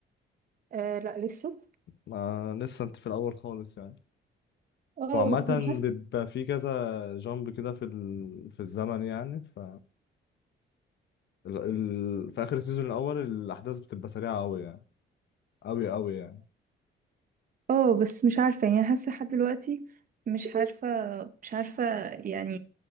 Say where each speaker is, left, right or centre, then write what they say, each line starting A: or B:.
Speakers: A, on the right; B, on the left.
A: آه لا لسه
B: ما لسه انت في الاول خالص يعني
A: اه
B: وعامة
A: بس حاسه
B: بيبقى في كذا جامب كده في ال... في الزمن يعني ف ال... ال... في اخر السيزون الاول الاحداث بتبقى سريعة قوي يعني قوي قوي يعني
A: اه بس مش عارفه يعني حاسه لحد دلوقتي مش عارفه مش عارفه يعني